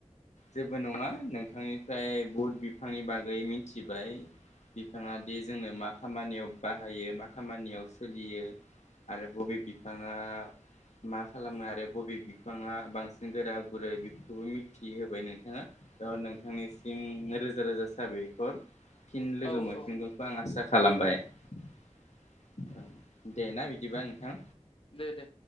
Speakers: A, on the left; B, on the left.
A: जेबो नङा नोंथांनिफ्राय बहुद बिफांनि बागै मिथिबाय बिफाङा दि जोंनो मा खामानियाव बाहायो मा खामानियाव सोलियो आरो बबे बिफाङा मा खालामो आरो बबे बिफाङा बांसिन गोरा। गुरै बेफोरखौबो मिथिहोबाय नोंथाङा त' नोंथांनिसिम रोजा रोजा साबायखर। फिन लोगो
B: औ
A: मोनफिनगोनखौ
B: औ
A: आं आसा खालामबाय औ। देना बिदिबा नोंथां।
B: दे दे